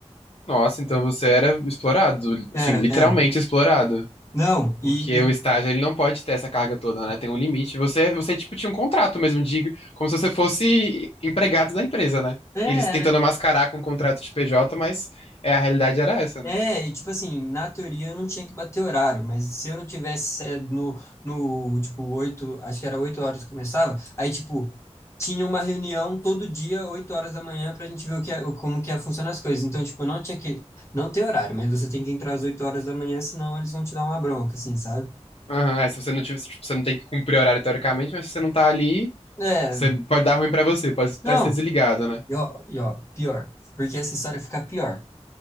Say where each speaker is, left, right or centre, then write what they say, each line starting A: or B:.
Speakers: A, on the left; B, on the left.
A: Nossa, então você era explorado, assim,
B: Era,
A: literalmente
B: era.
A: explorado.
B: Não,
A: Porque
B: e,
A: o estágio,
B: e
A: ele não pode ter essa carga toda, né? Tem um limite. Você, você tipo, tinha um contrato mesmo, digo, como se você fosse empregado da empresa, né?
B: é,
A: Eles tentando
B: era
A: mascarar com o contrato de PJ, mas é, a realidade era essa,
B: É,
A: né?
B: e tipo assim, na teoria eu não tinha que bater horário, mas se eu não tivesse eh, no, no tipo, oito, acho que era oito horas que começava, aí tipo, tinha uma reunião todo dia, oito horas da manhã, pra gente ver o que é, o- como que é, funcionam as coisas. Então, tipo, não tinha que, não ter horário, mas você tem que entrar às oito horas da manhã, senão eles vão te dar uma bronca, assim, sabe?
A: Aham, é, se você não tiver, tipo, você não tem que cumprir horário teoricamente, mas se você não tá ali,
B: É,
A: você pode dar ruim pra você, pode até
B: não,
A: ser desligado, né?
B: e ó, e ó, pior, porque essa história fica pior.